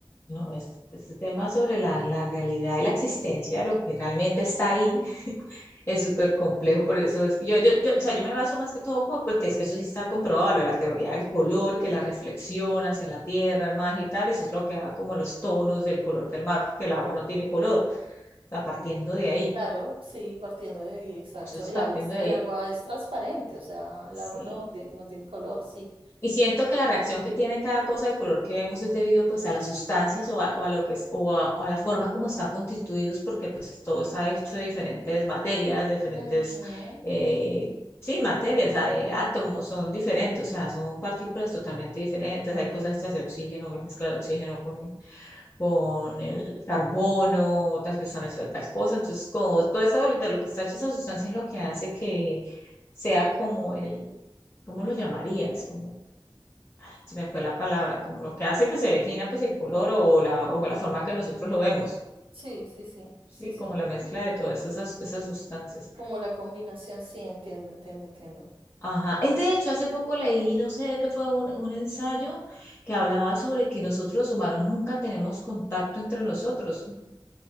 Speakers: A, on the left; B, on the right.
A: No, este, este tema sobre la, la realidad y la existencia de lo que realmente está ahí <laughs> es súper complejo, por eso es que yo, yo, yo, o sea, yo me baso más que todo por, porque es que eso sí está comprobado, lo de la teoría del color, que la reflexión hacia la tierra, el mar y tal, eso es lo que da como los tonos del color del mar, porque el agua no tiene color, o sea, partiendo de ahí.
B: Claro, sí, partiendo de ahí, exacto.
A: Entonces,
B: El
A: partiendo
B: agua es,
A: de
B: el
A: ahí,
B: agua es transparente, o sea, el
A: sí,
B: agua no tiene, no tiene color, sí.
A: Y siento que la reacción que tiene cada cosa del color que vemos es debido pues a las sustancias o a, o a lo que es, o a, o a la forma como están constituidos, porque pues es- todo está hecho de diferentes materias, de diferentes,
B: Ujú.
A: eh, sí, materias, hay átomos son diferentes, o sea, son partículas totalmente diferentes, hay cosas hechas de oxígeno, la mezcla del oxígeno con el, con el carbono, otras que están hechas de otras cosas, entonces como todo eso de lo que está hecho esa sustancia es lo que hace que sea como el, ¿cómo lo llamarías? Como se me fue la palabra, como lo que hace que se defina pues el color o la, o la forma que nosotros lo vemos,
B: Sí, sí, sí,
A: ¿sí?
B: sí, sí,
A: Como
B: entiendo.
A: la mezcla de todas esas, esas sustancias.
B: Como la combinación, sí, entiendo, entiendo, entiendo.
A: Ajá, es de hecho, hace poco leí, no sé de qué fue un, un ensayo que hablaba sobre que nosotros los humanos nunca tenemos contacto entre nosotros,